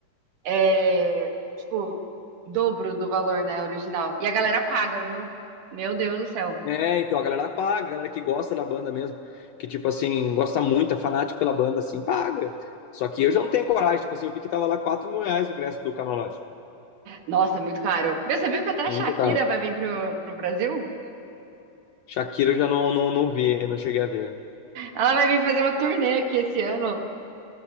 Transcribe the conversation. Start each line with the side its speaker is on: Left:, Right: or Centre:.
Right: é, tipo, dobro do valor, né? Original. E a galera paga, viu? Meu Deus do céu.
Left: É, então a galera paga, a galera que gosta da banda mesmo, que tipo assim, gosta muito, é fanático pela banda, assim, paga. Só que eu já não tenho coragem, tipo assim, eu vi que tava lá quatro mil reais o ingresso do camarote.
Right: Nossa, é muito caro. Meu, você viu que até a
Left: Muito
Right: Shakira
Left: caro.
Right: vai vir pro, pro Brasil?
Left: Shakira eu já não, não, não vi, não cheguei a ver.
Right: Ela vai vir fazer uma turnê aqui esse ano.